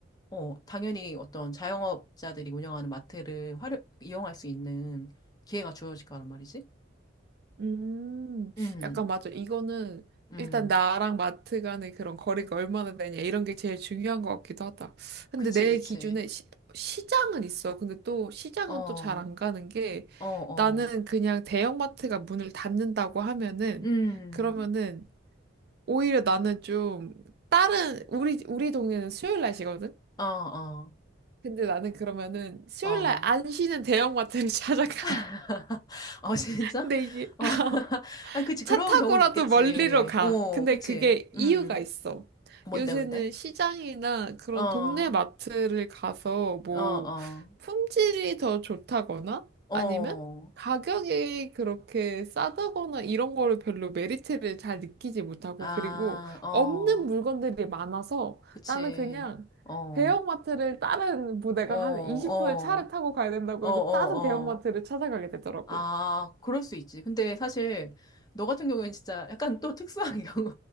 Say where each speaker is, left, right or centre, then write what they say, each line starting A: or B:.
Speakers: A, on the left (about 20°); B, on the right (about 50°).
A: 어, 당연히 어떤 자영업자들이 운영하는 마트를 활용, 이용할 수 있는 기회가 주어질 거란 말이지.
B: 음,
A: 음,
B: 약간 맞아. 이거는
A: 음,
B: 일단 나랑 마트 간의 그런 거리가 얼마나 되냐 이런 게 제일 중요한 것 같기도 하다. 근데
A: 그치,
B: 내
A: 그치.
B: 기준에 시, 시장은 있어. 근데 또 시장은
A: 어, 어,
B: 또 잘 안 가는 게
A: 어,
B: 나는 그냥 대형마트가 문을 닫는다고 하면은
A: 음,
B: 그러면은 오히려 나는 좀 다른 우리 우리 동네는 수요일 날이거든.
A: 어, 어,
B: 근데 나는 그러면은 수요일
A: 어.
B: 날 안 쉬는 대형마트를 <laughs> 찾아가.
A: <laughs> 어, 진짜?
B: 근데 이게
A: 어,
B: <laughs>
A: <laughs> 아, 그치,
B: 차
A: 그런
B: 타고라도
A: 경우도 있겠지.
B: 멀리로 가.
A: 어,
B: 근데
A: 그치.
B: 그게 이유가
A: 음,
B: 있어.
A: 뭔데,
B: 요새는
A: 뭔데?
B: 시장이나 그런
A: 어, 어,
B: 동네 마트를 가서 뭐
A: 어,
B: 품질이 더 좋다거나
A: 어,
B: 아니면 가격이 그렇게 싸다거나 이런 거를 별로 메리트를 잘 느끼지 못하고
A: 아,
B: 그리고
A: 어,
B: 없는 물건들이 많아서
A: 그치.
B: 나는 그냥
A: 어,
B: 대형마트를 다른 뭐 내가
A: 어, 어.
B: 한 20분을 차를 타고 가야 된다고
A: 어, 어,
B: 해도 다른 대형마트를
A: 어.
B: 찾아가게 되더라고.
A: 아, 그럴 수 있지. 근데 사실 너 같은 경우에는 진짜 약간 또 특수한 <laughs> 경우.